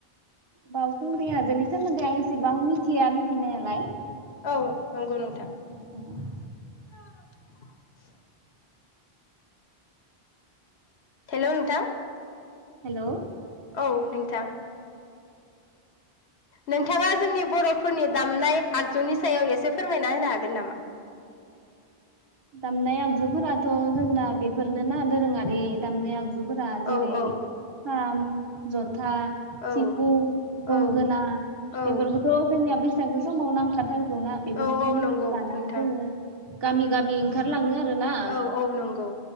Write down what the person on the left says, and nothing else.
औ नंगौ नोंथां।
<unintelligible> हेलौ नोंथां।
औ नोंथां। नोंथाङा जोंनि बरफोरनि दामनाय आगजुनि सायाव एसे फोरमायना होनो हागोन नामा?
औ औ
औ
औ औ
औ औ नंगौ
नोंथां
औ औ नंगौ